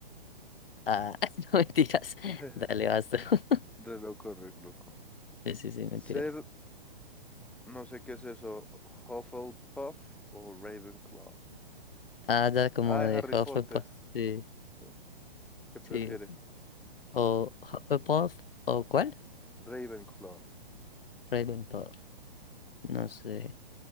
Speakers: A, on the left; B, in the centre.
A: Ah, <laughs> no mentiras.
B: <laughs>
A: Dale, basta. <laughs>
B: Re loco, re loco.
A: Sí, sí, sí, mentiras.
B: Ser, no sé qué es eso, Hufflepuff o Ravenclaw.
A: Ah, ya, como
B: Ay,
A: de
B: Harry
A: Hufflepuff,
B: Potter.
A: sí,
B: ¿sí? ¿Qué prefiere?
A: sí. O Hufflepuff, ¿o cuál?
B: Ravenclaw.
A: Ravenclaw, no sé,